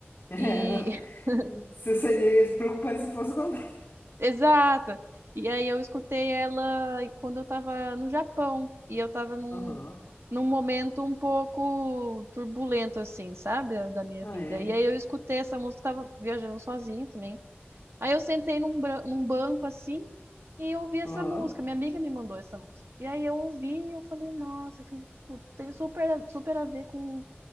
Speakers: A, on the left (about 50°); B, on the right (about 75°).
A: É,
B: E.
A: não.
B: <laughs>
A: Você seria preocupante se fosse o contrário.
B: Exata! E aí eu escutei ela quando eu tava no Japão. E eu tava num,
A: <laughs> Aham.
B: num momento um pouco turbulento, assim, sabe? Da, da minha
A: Ah,
B: vida.
A: é?
B: E aí eu escutei essa música, tava viajando sozinha também. Aí eu sentei num, bran- num banco assim e eu ouvi essa
A: Aham.
B: música. Minha amiga me mandou essa música. E aí eu ouvi e eu falei, nossa, que tipo, tem super, super a ver com